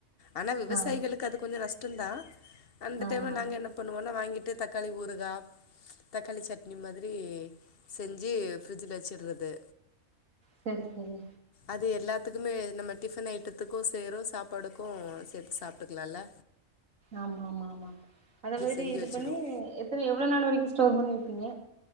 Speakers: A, on the left; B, on the right.
A: ஆனா விவசாயிகளுக்கு
B: ஆமா
A: அது கொஞ்ச நஷ்டந்தா அந்த
B: ஆமா
A: டைம்ல நாங்க என்ன பண்ணுவோனா வாங்கிட்டு தக்காளி ஊறுகா தக்காளி சட் இனி மாதிரி செஞ்சு ஃபரிட்ஜில்ல வச்சுட்றது
B: செரி செரி
A: அது எல்லாத்துக்குமே நம்ம டிஃபன் ஐட்டத்துக்கு சேறு சாப்பாடுக்கு சேத்து சாப்ட்டுக்கலாம்ல
B: ஆமா ஆமா ஆமா அத மாதிரி
A: செஞ்சு
B: இது
A: வச்சுடுவோ
B: பண்ணி எத்தன எவ்ளோ நாள் வரைக்கு ஸ்டோர் பண்ணி வைப்பீங்க